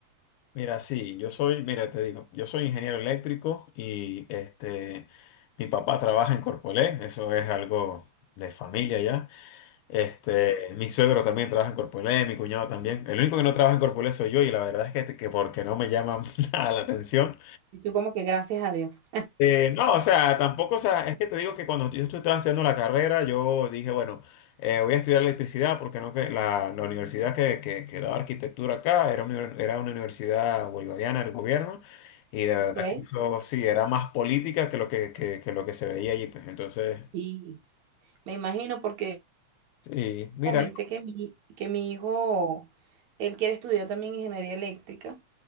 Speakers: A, on the left; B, on the right.
A: Mira, sí, yo soy, mira, te digo, yo soy ingeniero eléctrico y este, mi papá trabaja en Corpoelec, eso es algo de familia ya. Este,
B: Sí,
A: mi suegro también trabaja en Corpoelec, mi cuñado también. El único que no trabaja en Corpoelec soy yo y la verdad es que, que porque no me llama <laughs> nada la atención.
B: Y tú como que gracias a Dios.
A: Eh, no, o sea, tampoco, o sea, es que te digo que cuando yo estu- estaba estudiando la carrera, yo dije, bueno, eh, voy a estudiar electricidad porque no que la, la universidad que, que, que daba arquitectura acá era una, era una universidad bolivariana del gobierno y de
B: <laughs>
A: verdad
B: ok,
A: que eso sí, era más política que lo que, que, que lo que se veía allí, pues entonces,
B: Sí, me imagino porque
A: sí, mira,
B: comenté que mi, que mi hijo, él quiere estudiar también ingeniería eléctrica